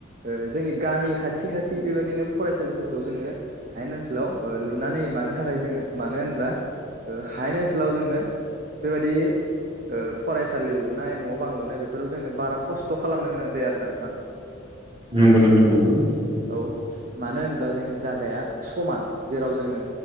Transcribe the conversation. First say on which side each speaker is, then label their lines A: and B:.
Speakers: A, on the right; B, on the right.
A: ओ जोंनि गामि खाथि खाथि बेबदिनो फरायसालिफोरखौ जोंनो हायेन ओनसोलाव ओ लुनानै मानो थाखाय जोङो मानो होनब्ला ओ हायेन ओनसोलाव जोंनो बेबायदि ओ फरायसालि लुनाय न' बां लुनाय बेफोराव जोंनो बारा खस्थ' खालामनो गोनां जाया आरो ना नोंथां।
B: नंगौ नोंथां नंगौ।
A: औ मानो होनब्ला जोंनि जागाया समान जेराव जोङो